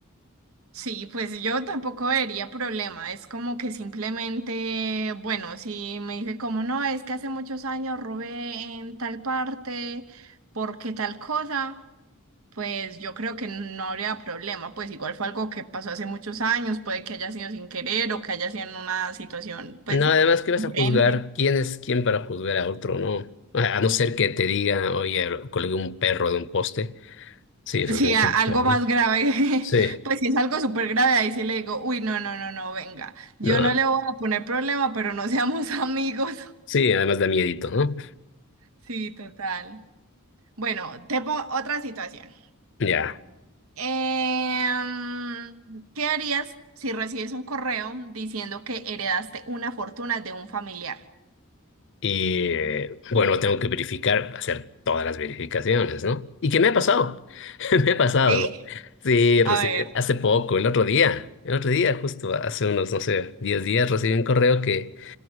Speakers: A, on the right; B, on the left.
A: Sí, pues yo tampoco vería problema. Es como que simplemente, bueno, si me dice como no, es que hace muchos años robé en tal parte, porque tal cosa, pues yo creo que no habría problema. Pues igual fue algo que pasó hace muchos años, puede que haya sido sin querer o que haya sido en una situación, pues,
B: No, además que vas
A: diferente.
B: a juzgar, ¿quién es quién para juzgar a otro, no? A a no ser que te diga, oye, lo- colgué un perro de un poste. Sí, eso
A: Sí,
B: es mucho
A: a-
B: más
A: algo
B: feo, ¿no?
A: más grave. <laughs>
B: Sí,
A: Pues si es algo súper grave, ahí sí le digo, uy, no, no, no, no, venga. Yo
B: no,
A: no le voy a poner problema, pero no seamos <laughs> amigos.
B: sí, además da miedito, ¿no?
A: Sí, total. Bueno, te pongo otra situación.
B: Ya.
A: Em, ¿qué harías si recibes un correo diciendo que heredaste una fortuna de un familiar?
B: Y eh, bueno, tengo que verificar, hacer todas las verificaciones, ¿no? ¿Y qué me ha pasado? <laughs> Me ha pasado.
A: ¿Sí?
B: Sí, recibí
A: A ver,
B: hace poco, el otro día, el otro día, justo hace unos, no sé, 10 días, recibí un correo que